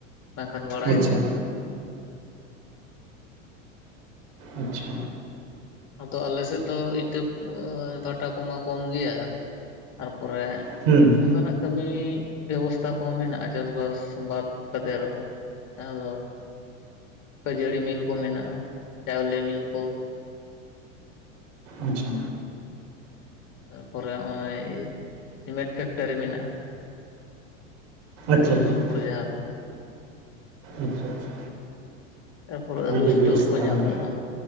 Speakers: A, on the left; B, on the right.
A: ᱵᱟᱝᱠᱷᱟᱱ ᱵᱟᱲᱟᱭ
B: ᱟᱪᱷᱟ᱾
A: ᱠᱚᱜᱼᱟ᱾
B: ᱟᱪᱷᱟ,
A: ᱟᱫᱚ ᱟᱞᱮᱥᱮᱫ ᱫᱚ ᱤᱴᱟᱹ ᱵᱷᱟᱴᱟ ᱠᱚᱢᱟ ᱠᱚᱢ ᱜᱮᱭᱟ᱾ ᱛᱟᱨᱯᱚᱨᱮ,
B: ᱦᱩᱸ,
A: ᱚᱱᱠᱟᱱᱟᱜ ᱠᱟᱹᱢᱤ ᱵᱮᱵᱚᱥᱛᱟ ᱠᱚᱦᱚᱸ ᱢᱮᱱᱟᱜᱼᱟ ᱪᱟᱥᱵᱟᱥ ᱵᱟᱫ ᱠᱟᱛᱮ ᱨᱮᱦᱚᱸ᱾ ᱡᱟᱦᱟᱸ ᱫᱚ, ᱠᱷᱟᱹᱡᱟᱹᱲᱤ ᱢᱤᱞ ᱠᱚ ᱢᱮᱱᱟᱜᱼᱟ ᱪᱟᱣᱞᱮ ᱢᱤᱞ ᱠᱚ᱾
B: ᱟᱪᱪᱷᱟ᱾
A: ᱛᱟᱨᱯᱚᱨᱮ ᱱᱚᱜᱚᱭ ᱥᱤᱢᱮᱱᱴ ᱯᱷᱮᱠᱴᱟᱨᱤ ᱢᱮᱱᱟᱜᱼᱟ᱾
B: ᱟᱪᱪᱷᱟ
A: ᱥᱩᱨ
B: ᱟᱪᱪᱷᱟ
A: ᱥᱳᱯᱳᱨ ᱡᱟᱦᱟᱸ ᱫᱚ,
B: ᱟᱪᱪᱷᱟ ᱟᱪᱪᱷᱟ᱾
A: ᱛᱟᱨᱯᱚᱨᱮ ᱟᱹᱞᱩ
B: ᱟᱹᱰᱤ
A: ᱤᱥᱴᱳᱨ
B: ᱵᱮᱥ
A: ᱠᱚ
B: ᱛᱟᱦᱚᱞᱮ
A: ᱧᱟᱢᱚᱜᱼᱟ